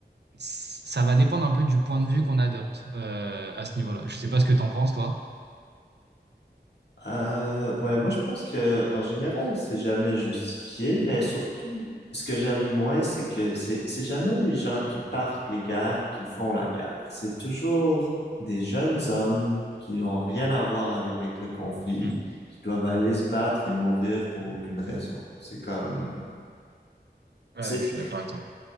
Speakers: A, on the right; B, on the left.
A: c- ça va dépendre un peu du point de vue qu'on adopte, euh, à ce niveau-là. Je sais pas ce que t'en penses, toi.
B: Euh, ouais, moi je pense que en général, c'est jamais justifié, mais surtout, ce que j'aime moins, c'est que c'est c'est jamais les gens qui partent les guerres qui font la guerre. C'est toujours des jeunes hommes qui n'ont rien à voir avec le conflit,
A: Mm.
B: qui doivent aller se battre et mourir pour aucune raison. C'est comme,
A: Ouais,
B: c'est
A: je suis d'accord avec toi.